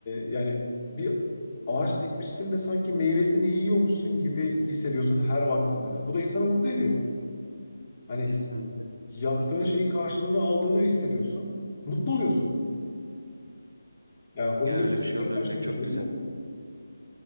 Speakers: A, on the left; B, on the right.
A: yani bir ağaç dikmişsin de sanki meyvesini yiyormuşsun gibi hissediyorsun her baktığında. Ya bu da insanı mutlu ediyor. Hani
B: kesinlikle.
A: yaptığın şeyin karşılığını aldığını hissediyorsun. Mutlu oluyorsun. Yani hobi
B: Ya
A: yapıştıracak
B: öyle bir şey olduğunu
A: başka
B: bilmek çok
A: bir şey
B: güzel.
A: de yok.